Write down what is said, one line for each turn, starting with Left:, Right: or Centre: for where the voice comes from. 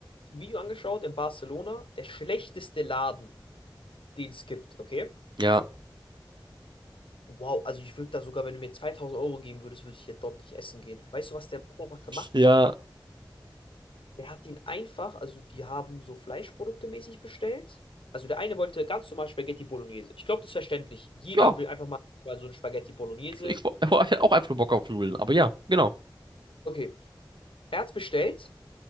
Left: ein Video angeschaut in Barcelona, der schlechteste Laden, den es gibt, okay?
Right: ja,
Left: Wow, also ich würde da sogar, wenn du mir 2000 Euro geben würdest, würde ich hier dort nicht essen gehen. Weißt du, was der Mann einfach gemacht
Right: Ja,
Left: hat? Der hat ihn einfach, also die haben so Fleischprodukte mäßig bestellt. Also der eine wollte ganz normal Spaghetti Bolognese. Ich glaube, das ist verständlich. Jeder
Right: ja.
Left: will einfach mal so ein Spaghetti Bolognese.
Right: Ich, wo- ich hatte auch einfach nur Bock auf Nudeln, aber ja, genau.
Left: Okay, er hat's bestellt